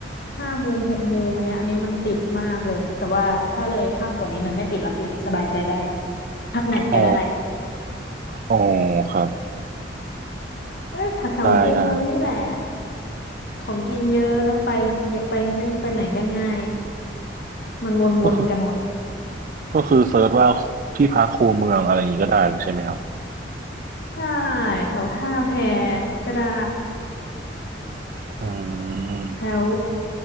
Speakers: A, on the left (about 55°); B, on the right (about 45°).
A: ห้าโมงหกโมงอันเนี้ยอันนี้มันติดมากเลยแต่ว่าถ้าเลยข้ามกว่านี้มันไม่ติดละพี่สบายใจได้พักไหนก็ได้
B: อ๋ออ๋อครับ
A: เออแถวๆคูเมืองนี่แหละ
B: ได้ได้
A: ของกินเยอะไปเยอะไปนั่งไปไหนก็ง่ายมันวนๆกันหมด
B: ก็คือก็คือเซิร์ชว่าที่พักคูเมืองอะไรอย่างนี้ก็ได้เลยใช่ไหมครับ
A: ใช่แถวท่าแพก็ได้
B: อืม
A: แถว